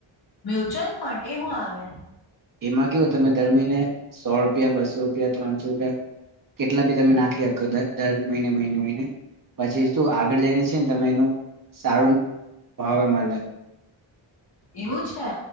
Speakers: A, on the left; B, on the right.
A: મ્યુચ્યુઅલ ફંડ એ હું આવે
B: એમાં કેવું તમે દર મહિને સો રૂપિયા બસો રૂપિયા ત્રણસો રૂપિયા કેટલા ભી તમે નાખી આપ્યો ત દર મહિને મહિને મહિને પછી શું આગળ જઈ છે ને તમે એનું સારું ભાવે મળે.
A: એવું છે.